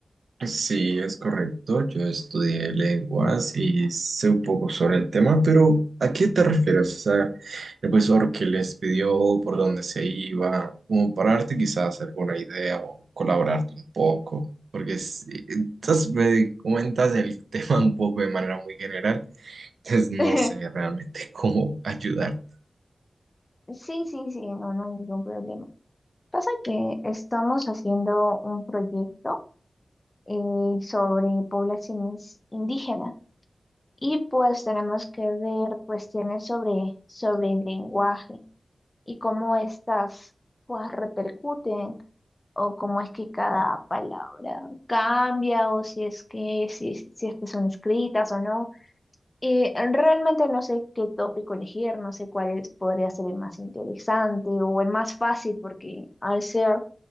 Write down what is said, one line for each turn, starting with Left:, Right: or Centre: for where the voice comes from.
Right: Pues Sí, es correcto. Yo estudié lenguas y sé un poco sobre el tema, pero ¿a qué te refieres? O sea, el profesor que les pidió por dónde se iba, como para darte quizás alguna idea o colaborarte un poco, porque sí, entonces me comentas el <laughs> tema un poco de manera muy general, entonces no
Left: <laughs>
Right: sé realmente <laughs> cómo ayudarte.
Left: Sí, sí, sí, no, no hay ningún problema. Pasa que estamos haciendo un proyecto eh, sobre poblaciones indígenas. Y pues tenemos que ver cuestiones sobre, sobre el lenguaje y cómo estas pues repercuten o cómo es que cada palabra cambia o si es que, si, si es que son escritas o no. Eh, realmente no sé qué tópico elegir, no sé cuál es- podría ser el más interesante o el más fácil porque al ser